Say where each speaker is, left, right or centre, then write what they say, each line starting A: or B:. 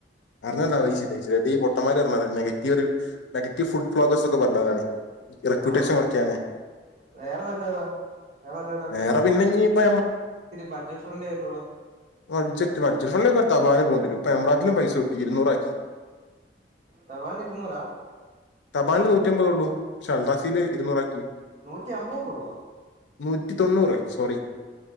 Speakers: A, on the left; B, on the right.
A: അറിഞ്ഞതെന്താഒയ്ച്ചിലെ അതി പൊട്ടമാര് പറഞ്ഞത് നെഗറ്റീവൊരു നെഗറ്റീവ് ഫുഡ് ഫ്ലോഗേൾസ്ന്ന് പറഞ്ഞാലാണ് റെക്യൂട്ടേഷൻ
B: ആണോ
A: കൊറക്കാലേ
B: വേറെ വെല്ലേതാ വേറെ വല്ല കട അടുത്തുള്ള
A: വേറെ പിന്നെ ഇനി ഇപ്പ
B: ഇത്തിരി ബഡ്ജറ്റ് ഫ്രണ്ട്ലി ആയിട്ടുള്ള
A: വഡ്ജറ്റ് വഡ്ജറ്റ് ഫ്രണ്ട്ലി വർ തപാനേ പോണ്ടിരും ഇപ്പൊ എമ്രാത്തിലും പൈസ കൂട്ടി ഇരുന്നൂറാക്കി
B: തവാനിരുന്നൂറ
A: തപാനില് നൂറ്റിഅമ്പതേള്ളൂ പക്ഷെ അൽറാസില് ഇരുന്നൂറാക്കി
B: നൂറ്റി അമ്പതോ ഒള്ളോ
A: നൂറ്റി തൊണ്ണൂറ് സോറി